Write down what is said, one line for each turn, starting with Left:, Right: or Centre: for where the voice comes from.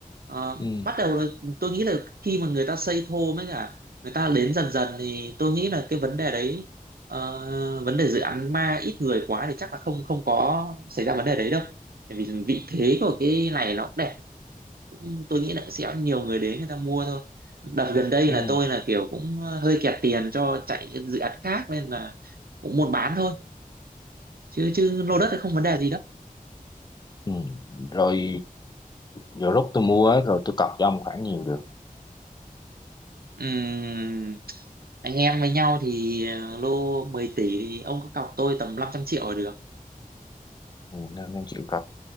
Right: Ờ,
Left: ừ,
Right: bắt đầu là tôi nghĩ là khi mà người ta xây thô mới cả người ta đến dần dần thì tôi nghĩ là cái vấn đề đấy ờ, vấn đề dự án ma ít người quá thì chắc là không không có xảy ra vấn đề đấy đâu bởi vì vị thế của cái này nó cũng đẹp cũng- tôi nghĩ là sẽ nhiều người đến người ta mua thôi đợt gần đây
Left: ừ,
Right: là tôi là kiểu cũng ờ, hơi kẹt tiền cho chạy dự án khác nên là cũng muốn bán thôi chứ chứ lô
Left: ừ.
Right: đất thì không vấn đề gì đâu
Left: ừ. rồi giờ lúc tôi mua á, rồi tôi cọc cho ông khoảng nhiều được
Right: Ừm, anh em với nhau thì ờ, lô 10 tỷ thì ông cứ cọc tôi tầm 500 triệu là được.
Left: ừ, 500 triệu cặp